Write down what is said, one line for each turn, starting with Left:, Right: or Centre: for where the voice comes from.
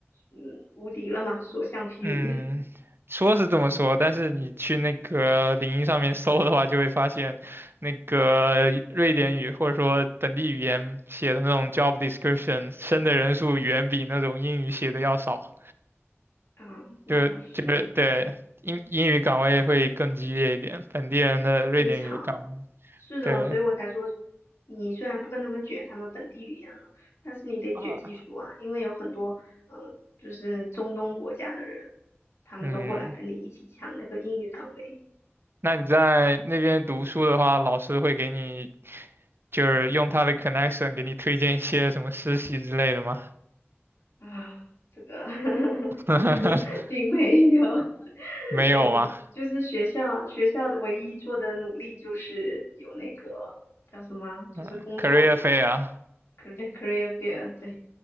Left: 嗯无敌了嘛，所向披靡。
Right: 嗯，
Left: <laughs>
Right: 说是这么说，但是你去那个领英上面搜的话，就会发现那个瑞典语或者说本地语言写的那种 job description，升的人数远比那种英语写的要少。
Left: 啊，那倒是。
Right: 就就是对英英语岗位会更激烈一点，本地人的瑞典语的岗位，
Left: 非常，是的，
Right: 对
Left: 所以我才说，你虽然不跟他们卷他们本地语言了，但是你得卷技术啊，
Right: 啊，
Left: 因为有很多，嗯，就是中东国家的人，他们都过来跟你一起抢那个英语岗位
Right: 嗯，那你在那边读书的话，老师会给你就是用他的 connection 给你推荐一些什么实习之类的吗？
Left: 啊，这个 <laughs>
Right: <laughs>
Left: 并没有，<laughs>
Right: 没有吗？
Left: 对，就是学校学校的唯一做的努力就是有那个叫什么啊，就是工作
Right: 嗯，career fair，啊
Left: career career fair，对，